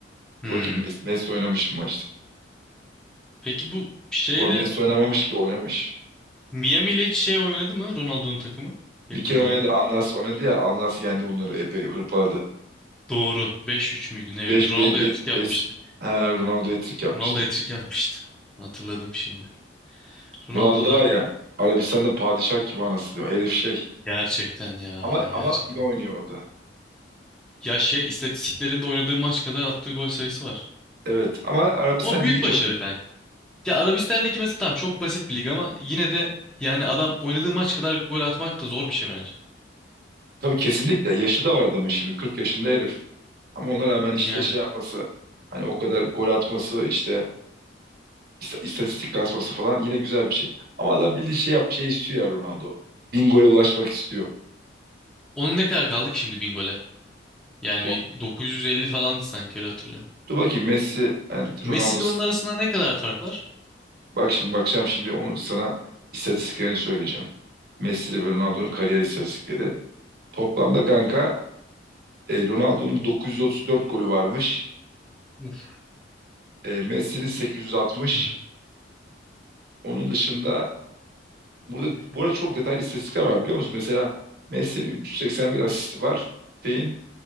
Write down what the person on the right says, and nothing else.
Dur Bakayım Messi, Messi oynamış mı maçta?
Bu arada Messi oynamamış ki oynamış.
Bir kere
oynadı. Alnas oynadı ya. Alnas yendi bunları. Epey hırpaladı.
5
5 5
5. Ha, Ronaldo hat-trick yapmıştı.
Ronaldo da
var ya. Arabistan'da padişah gibi anası diyor. Herif şey.
Ama
ama iyi oynuyor orada.
Evet ama Arabistan
ligi çok
iyi.
Tabii kesinlikle yaşı da var adamın şimdi 40 yaşında herif. Ama ona rağmen işte
şey yapması hani o kadar gol atması işte İsta- istatistik kasması falan yine güzel bir şey. Ama adam bildiği şey yap, şey istiyor ya Ronaldo. Bin gole ulaşmak istiyor.
Bu-
Dur bakayım Messi and
Ronaldo.
Bak şimdi bakacağım şimdi onu sana istatistiklerini söyleyeceğim. Messi ve Ronaldo'nun kariyer istatistikleri. Toplamda kanka e, Ronaldo'nun 934 golü varmış.
E, Messi'nin 860.
Onun dışında burada bu arada çok detaylı istatistikler var biliyor musun? Mesela Messi'nin 381 asisti var. Şeyin